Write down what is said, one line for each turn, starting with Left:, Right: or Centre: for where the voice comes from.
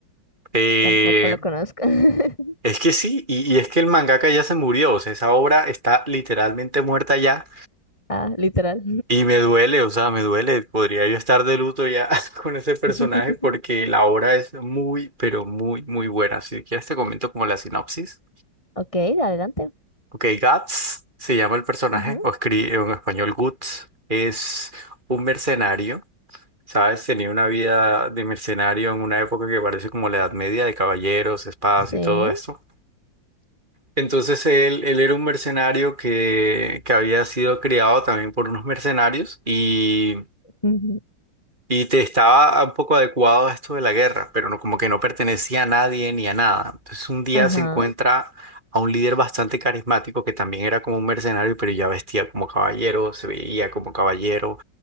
Right: Eh,
Left: Tampoco lo conozco. <laughs>
Right: es que sí, y, y es que el mangaka ya se murió, o sea, esa obra está literalmente muerta ya.
Left: Ah, literal.
Right: Y me duele, o sea, me duele. Podría yo estar de luto ya <laughs> con ese personaje
Left: <laughs>
Right: porque la obra es muy, pero muy, muy buena. Si quieres te comento como la sinopsis.
Left: Ok, dale, adelante.
Right: Ok, Guts se llama el personaje,
Left: Ujú.
Right: o escribe en español Guts. Es un mercenario, ¿sabes? Tenía una vida de mercenario en una época que parece como la Edad Media, de caballeros, espadas
Left: Sí.
Right: y todo esto. Entonces él, él era un mercenario que, que había sido criado también por unos mercenarios y...
Left: Ujú.
Right: Y te estaba un poco adecuado a esto de la guerra, pero no, como que no pertenecía a nadie ni a nada. Entonces un día
Left: Ajá.
Right: se encuentra a un líder bastante carismático que también era como un mercenario, pero ya vestía como caballero, se veía como caballero.